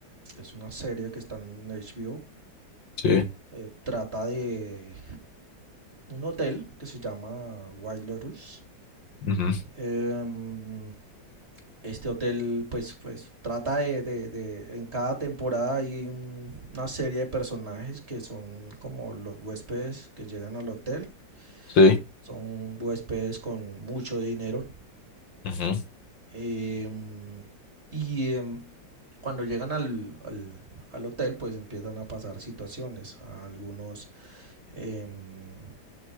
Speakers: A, on the right (about 35°); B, on the left (about 70°).
A: es una serie que está en HBO.
B: Sí,
A: eh, trata de un hotel que se llama White Lotus.
B: ujú,
A: Em, este hotel, pues, pues trata de, de- de- en cada temporada hay un- una serie de personajes que son como los huéspedes que llegan al hotel.
B: sí,
A: Son huéspedes con mucho dinero.
B: ujú.
A: em, y em, Cuando llegan al, al- al hotel, pues empiezan a pasar situaciones. Algunos em,